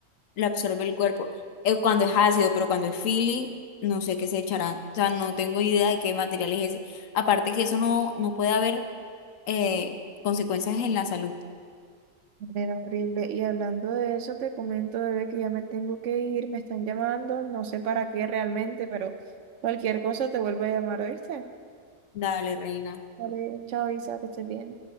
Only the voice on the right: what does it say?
Era horrible. Y hablando de eso, te comento, bebé, que ya me tengo que ir. Me están llamando. No sé para qué realmente, pero cualquier cosa te vuelvo a llamar, ¿oíste?
Vale, chao, Isa, que estés bien.